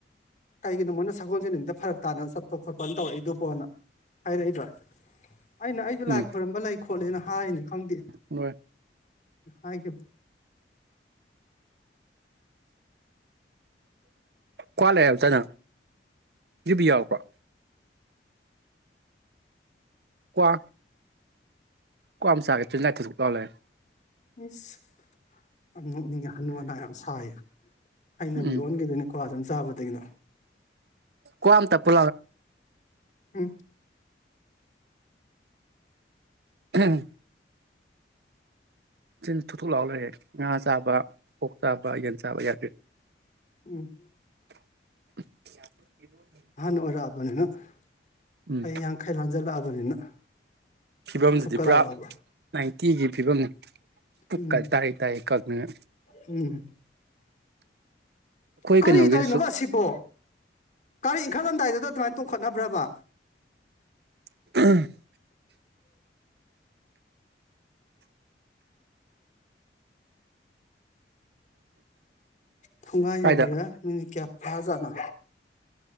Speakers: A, on the left (about 40°); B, on the right (about 65°).
A: ꯀꯩꯒꯤꯅꯣ ꯃꯣꯏꯅ ꯁꯒꯣꯜꯁꯦ ꯅꯨꯃꯤꯠꯇꯥ ꯐꯔꯛ ꯇꯥꯅ ꯆꯠꯄ ꯈꯣꯠꯄꯅ ꯇꯧꯔꯛꯏꯗꯨꯕꯣꯅ ꯍꯥꯏꯔꯛꯏꯕ꯭ꯔꯥ ꯑꯩꯅ ꯑꯩꯁꯨ
B: ꯎꯝ
A: ꯂꯥꯏ ꯈꯣꯏꯔꯝꯕ ꯂꯩ ꯈꯣꯠꯂꯦꯅ ꯍꯥꯏꯅꯤ ꯈꯪꯗꯦ
B: ꯍꯣꯏ
A: ꯍꯥꯏꯒꯤꯝ
B: ꯀ꯭ꯋꯥ ꯂꯩꯔꯛ ꯇꯥꯏꯅꯦ ꯌꯨꯕꯤ ꯌꯥꯎꯔꯛꯄꯔꯣ ꯀ꯭ꯋꯥ ꯀ꯭ꯋꯥ ꯑꯃ ꯆꯥꯒꯦ <unintelligible> ꯂꯥꯎꯂꯦ
A: ꯏꯁ ꯌꯥꯝ ꯅꯣꯛꯅꯤꯡꯉꯦ ꯍꯅꯨ ꯍꯅꯥ ꯌꯥꯝ ꯁꯥꯏ ꯍꯩꯅꯕꯤ
B: ꯎꯝ
A: ꯑꯣꯟꯈꯤꯗꯣꯏꯅꯤꯀꯣ ꯑꯗꯨꯝ ꯆꯥꯕꯗꯒꯤ
B: ꯀꯨꯌꯥ ꯑꯝ ꯄꯞꯄꯨ
A: ꯎꯝ
B: <unintelligible> ꯆꯤꯟ ꯊꯨꯊꯨꯛ ꯂꯥꯎ ꯂꯩꯔꯦ ꯉꯥ ꯆꯥꯕ ꯑꯣꯛ ꯆꯥꯕ ꯌꯦꯟ ꯆꯥꯕ ꯌꯥꯗꯦ
A: ꯎꯝ
B: <unintelligible>
A: ꯑꯍꯟ ꯑꯣꯏꯔꯛꯑꯕꯅꯤꯅ ꯆꯍꯤ
B: ꯎꯝ
A: ꯌꯥꯡꯈꯩ ꯂꯥꯟꯖꯜꯂꯛꯑꯕꯅꯤꯅ
B: ꯐꯤꯕꯝꯁꯤꯗꯤ
A: ꯊꯨꯞꯀ
B: ꯄꯨꯔꯥ
A: ꯂꯥꯎꯔꯛꯑꯕ
B: ꯅꯥꯏꯟꯇꯤꯒꯤ ꯐꯤꯕꯝꯅꯤ ꯄꯨꯛꯀ
A: ꯎꯝ
B: ꯇꯥꯍꯩ ꯇꯥꯍꯩ ꯀꯪꯉꯒ
A: ꯎꯝ ꯀꯔꯤꯇꯧꯔꯤꯅꯣꯕ
B: ꯀꯩꯅꯣꯒꯤꯗꯨꯁꯨ
A: ꯑꯁꯤꯕꯣ ꯒꯔꯤ ꯏꯟꯈꯠꯂꯝꯗꯥꯏꯗꯨꯗ ꯑꯗꯨꯃꯥꯏꯅ ꯇꯣꯡꯈꯠꯅꯕ꯭ꯔꯕ
B: <unintelligible>
A: ꯊꯣꯡꯒꯥꯟ
B: ꯀꯥꯏꯗ
A: ꯌꯧꯔꯦ ꯃꯤꯅꯤꯠ ꯀꯌꯥ ꯐꯔꯥꯖꯥꯠꯅꯣ